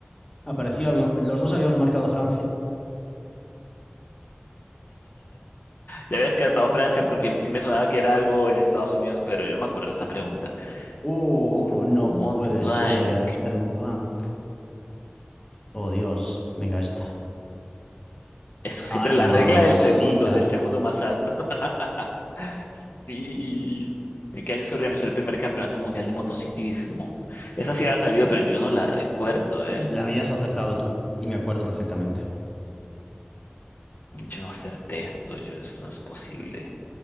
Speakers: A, on the left; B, on the left.
A: apareció. había- Los dos habíamos marcado Francia.
B: Ya habías cantado Francia porque sí me sonaba que era algo en Estados Unidos, pero yo no me acuerdo de esta pregunta.
A: Oh,
B: Uf,
A: no
B: Mont
A: puede
B: Blanc.
A: ser. Del Mont Blanc. Oh, Dios. Venga, esta.
B: Eso, siempre
A: Ay,
B: la
A: mamacita.
B: regla del segundo, del segundo más alto. <laughs> Sí. ¿En qué año se organizó el primer campeonato mundial de motociclismo? Esa sí había salido, pero yo no la recuerdo, ¿eh?
A: La habías acertado tú. Y me acuerdo perfectamente.
B: Yo no acerté esto, yo, eso no es posible.